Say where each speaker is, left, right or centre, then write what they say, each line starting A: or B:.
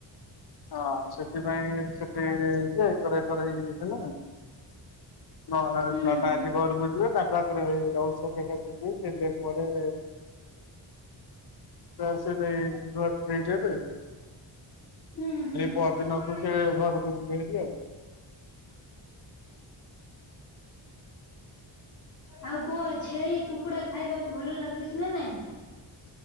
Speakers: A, on the left; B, on the left.
A: ହଁ। ସେଥିପାଇଁ ସେଠି ଯେ ଏକର ହେକର ହେଇଯାଇଥିଲା। ନହେଲ୍
B: ହୁଁ
A: ନନା
B: ହୁଁ
A: ଆଜି ଘରକୁ ବୁଝିଲେ ତାଙ୍କ ହାତରେ ଔଷଧ ଟା ଦେଇ ଦେଇ <unintelligible> ପରେ ସେ ଆସିଲେ କି ଘରେ ଦେଇ ଦେବେ।
B: ଉଁ ହୁଁ।
A: ପରଦିନକୁ
B: ହଁ।
A: ସେ ଘରକୁ ଯିବେ ହେରି ଆଉ।
B: ଆଉ କୁହ ଛେଳି କୁକୁଡା ଖାଇବାକୁ ଭଲ ଲାଗୁଚି ନା ନାହିଁ?